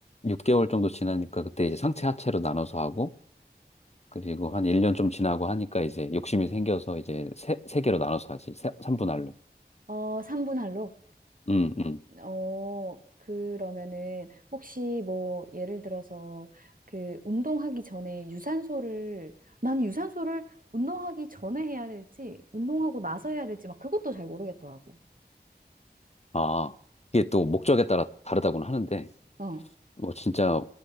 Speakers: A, on the left; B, on the right.
A: 6개월 정도 지나니까 그때 이제 상체 하체로 나눠서 하고 그리고 한 1년 좀 지나고 하니까 이제 욕심이 생겨서 이제 세, 세 개로 나눠서 하지. 세, 3분할로.
B: 어, 3분 할로?
A: 음, 음.
B: 어, 그러면은 혹시 뭐 예를 들어서 그 운동하기 전에 유산소를 난 유산소를 운동하기 전에 해야 될지 운동하고 나서 해야 될지 막 그것도 잘 모르겠더라고.
A: 아, 이게 또 목적에 따라 다르다고는 하는데,
B: 어.
A: 뭐 진짜